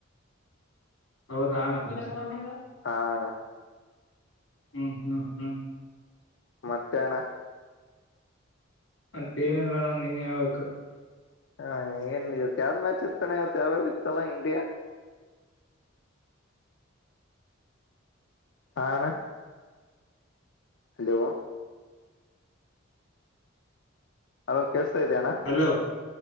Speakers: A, on the left; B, on the left.
A: ಹೌದ <unintelligible>
B: ಹ ಅಣ್ಣ
A: ಹ್ಮ್ ಹ್ಮ್ ಹ್ಮ್
B: ಮತ್ತೆ ಅಣ್ಣ
A: ಮತ್ತೆ ಏನಿಲ್ಲ ಅಣ್ಣ ನೀನೇ ಹೇಳಬೇಕು
B: ಹಾ ಏನ್ ಇವತ್ ಯಾವ್ದ್ ಮ್ಯಾಚ್ ಇರ್ತಾಣ್ಣ ಇವತ್ತು ಯಾವ್ಯಾವು ಇತಣ್ಣ ಇಂಡಿಯಾ
A: <inaudible>
B: ಆ ಅಣ್ಣ ಹಲೋ ಹಲೋ ಕೇಳಿಸ್ತಿದಿಯಣ್ಣ
A: ಹಲೋ